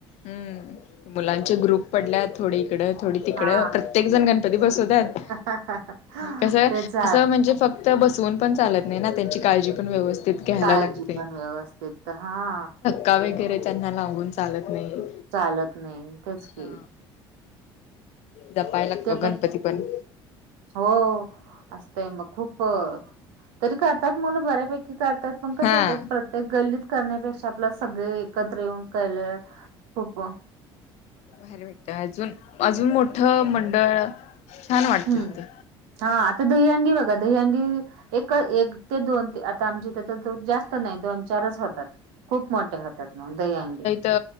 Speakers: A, on the left; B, on the right.
A: हम् मुलांचे ग्रुप पडल्यात थोडी इकडं थोडी तिकडं
B: हा
A: प्रत्येक जण गणपती बसवतात.
B: हा हा ह
A: कस
B: तेच
A: असं म्हणजे फक्त बसवून पण चालत नाही ना त्यांची काळजी पण व्यवस्थित घ्यायला
B: काय
A: लागते
B: जीवन व्यवस्थित हा.
A: का वगैरे त्यांना लावून चालत नाही.
B: चालत नाही तेच की
A: हा जपायला लागतो
B: त्यापेक्षा
A: गणपती पण
B: हो असतय मग खूप तरी करतात मुलं बऱ्यापैकी करतात. पण कसं
A: हा
B: होत प्रत्येक गल्लीत करण्यापेक्षा आपलं सगळे एकत्र येऊन कले. होबा
A: भर भटत अजून अजून मोठं मंडळ छान वाटत
B: हम्म
A: ते
B: हा आता दहीहंडी बघा दहीहंडी. एक एक ते दोन ते आता आमची त्या द जास्त नाही दोन चारच होतात. खूप मोठ्या होतात मग द अंडी
A: त